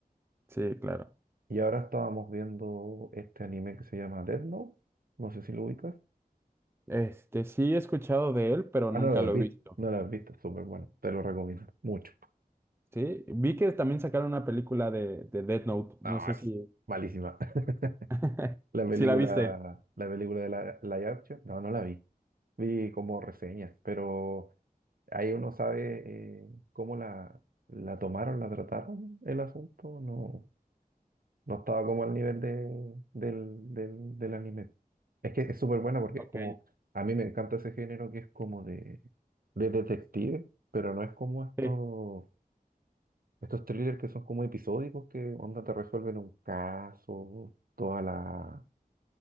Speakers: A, on the right; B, on the right.
A: Sí, claro.
B: Y ahora estábamos viendo este anime que se llama Death Note. No sé si lo ubicas.
A: Este, sí he escuchado de él, pero
B: Ah,
A: nunca
B: no lo
A: lo
B: has visto.
A: he visto.
B: No lo has visto, es súper bueno. Te lo recomiendo mucho.
A: Sí, vi que también sacaron una película de, de Death Note. No
B: No,
A: sé
B: es
A: si,
B: malísima. <laughs>
A: <laughs>
B: La película,
A: si la viste.
B: la película de la, la live action, no, no la vi. Vi como reseñas, pero. Ahí uno sabe eh, cómo la, la tomaron, la trataron el asunto. No, no estaba como al nivel de, del, del, del anime. Es que es súper buena porque
A: Ok.
B: es como, a mí me encanta ese género que es como de, de detective, pero no es como estos,
A: Sí,
B: estos thrillers que son como episódicos que onda te resuelven un caso, toda la,